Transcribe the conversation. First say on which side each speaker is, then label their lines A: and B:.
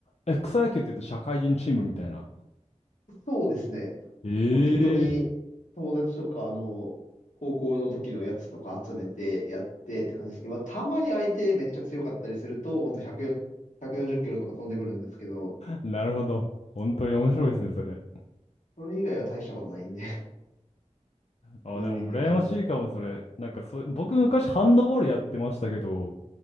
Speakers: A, on the left (about 60°); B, on the left (about 80°).
A: え、草野球って言うと社会人チームみたいな。
B: そうですね。
A: ええー
B: もう適当に友達とか、あの、高校の時のやつとか集めてやってって感じですけど、まあ、たまに相手めっちゃ強かったりすると、ほんと140、1キロとか飛んでくるんですけど、
A: なるほど。本当に面白いですね、
B: もう、
A: それ。
B: それ以外は大したことないんで、<laughs>
A: あ、
B: 普通にって感じです。
A: でも羨ましいかも、それ。なんかそ僕昔ハンドボールやってましたけど、